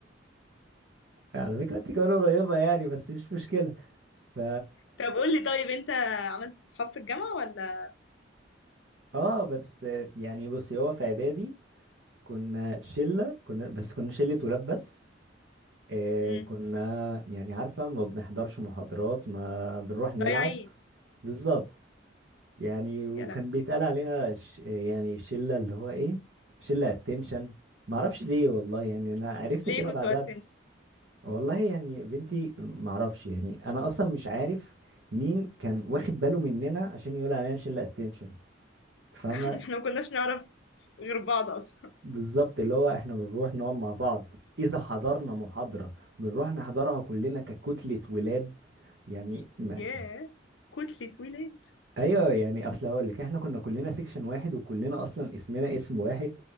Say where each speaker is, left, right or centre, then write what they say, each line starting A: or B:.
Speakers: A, on the right (about 60°); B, on the left (about 70°).
A: على فكرة انت كمان قريبة يعني بس مش مشكلة ف
B: طب قول لي طيب انت عملت صحاب في الجامعه ولا
A: اه بس يعني بصي هو في اعدادي كنا شلة كنا بس كنا شلة ولاد بس آه
B: امم
A: كنا يعني عارفة ما بنحضرش محاضرات ما بنروح نلعب
B: ضايعين
A: بالظبط يعني وكان
B: يا لهوي
A: بيتقال علينا ش... يعني شلة اللي هو ايه شلة اتنشن معرفش ليه والله يعني انا عرفت
B: ليه
A: كده
B: كنتوا
A: بعدها
B: اتنشن
A: والله يعني بنتي معرفش يعني انا اصلا مش عارف مين كان واخد باله مننا عشان يقول علينا شلة اتنشن فاهمة
B: <laughs> احنا ما كناش نعرف غير بعض اصلا
A: بالظبط اللي هو احنا بنروح نقعد مع بعض اذا حضرنا محاضرة بنروح نحضرها كلنا ككتلة ولاد يعني
B: <laughs>
A: ما
B: ياه
A: يعني
B: كتلة ولاد
A: ايوه يعني اصل هقول لك احنا كنا كلنا سيكشن واحد وكلنا اصلا اسمنا اسم واحد